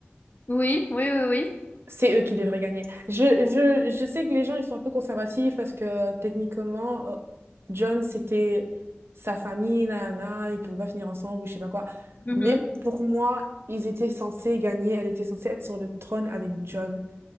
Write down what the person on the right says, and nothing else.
c'est eux qui devraient gagner. Je, je, je sais que les gens, ils sont un peu conservatifs parce que euh, techniquement, euh, John, c'était sa famille, là, là, ils pouvaient pas finir ensemble ou je sais pas quoi.
Mais pour moi, ils étaient censés gagner. Elle était censée être sur le trône avec John.